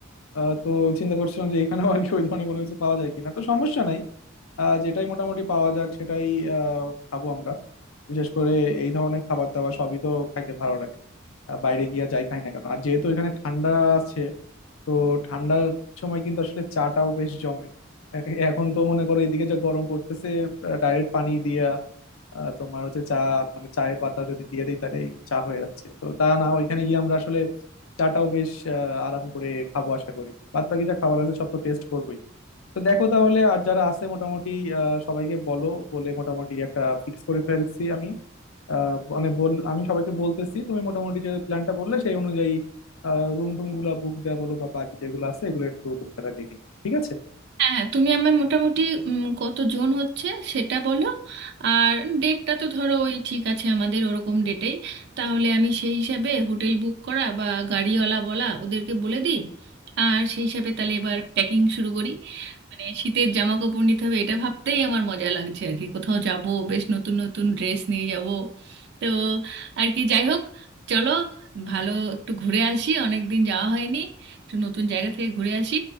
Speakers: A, on the left; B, on the right.
A: আহ, তো চিন্তা করছিলাম যে এখানেও আর কি ওই ধরনের কোনো কিছু পাওয়া যায় কিনা তো সমস্যা নাই আহ, যেটাই মোটামুটি পাওয়া যাক সেটাই আহ, খাবো আমরা বিশেষ করে এই ধরনের খাবার দাবার সবই তো খাইতে ভালো লাগে আহ, বাইরে গিয়া যাই খাই না কেন আর যেহেতু এখানে ঠান্ডা আছে তো ঠান্ডার সময় কিন্তু আসলে চাটাও বেশ জমে এ- এখন তো মনে করো এদিকে যা গরম পড়তেছে ডাইরেক্ট পানি দিয়া আহ, তোমার হচ্ছে চা মানে চায়ের পাতা যদি দিয়ে দিই তাহলে এই চা হয়ে যাচ্ছে তো তা না ওইখানে গিয়ে আমরা আসলে চাটাও বেশ আহ, আরাম করে খাবো আশা করি বাদ বাকি যা খাবার আছে সব তো টেস্ট করবোই তো দেখো তাহলে আর যারা আছে মোটামুটি আহ, সবাইকে বলো বলে মোটামুটি একটা ফিক্স করে ফেলছি আমি আহ, মানে বল আমি সবাইকে বলতেছি তুমি মোটামুটি যে প্ল্যানটা বললে সেই অনুযায়ী রুম টুম গুলা বুক দেওয়া বলো বা বাকি যেগুলো আছে এগুলো একটু তুমি তাহলে দেখে নিও ঠিক আছে
B: হ্যাঁ হ্যাঁ তুমি আমার মোটামুটি উম, কত জন হচ্ছে সেটা বলো আর ডেটটা তো ধরো ওই ঠিক আছে আমাদের ওরকম ডেটেই তাহলে আমি সেই হিসাবে হোটেল বুক করা বা গাড়িওয়ালা বলা ওদেরকে বলে দিই আর সেই হিসাবে তাহলে এবার প্যাকিং শুরু করি মানে শীতের জামা কাপড় নিতে হবে এটা ভাবতেই আমার মজা লাগছে আর কি কোথাও যাব বেশ নতুন নতুন ড্রেস নিয়ে যাব তো আর কি যাই হোক চলো ভালো একটু ঘুরে আসি অনেক দিন যাওয়া হয়নি একটু নতুন জায়গা থেকে ঘুরে আসি